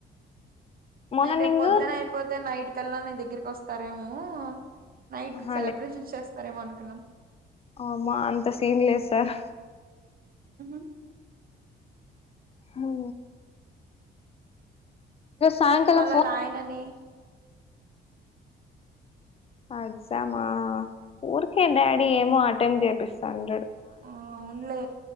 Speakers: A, on the left; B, on the right.
A: మార్నింగ్
B: నేను రేపు పొద్దున అయిపోతే నైట్ కల్లా నీ దగ్గరికి వస్తారేమో నైట్
A: ఆహా
B: సెలబ్రేషన్ చేస్తారేమో అనుకున్నాం
A: అమా అంత సీన్ లేదు సార్
B: హు హమ్
A: హో సాయంకాలం
B: ఏం మళ్ళ
A: ఫోన్
B: రాయనని
A: ఎగ్జామా ఊరికే డాడీ ఏమో అటెండ్ చేపిస్తాను
B: ఆ అవునులే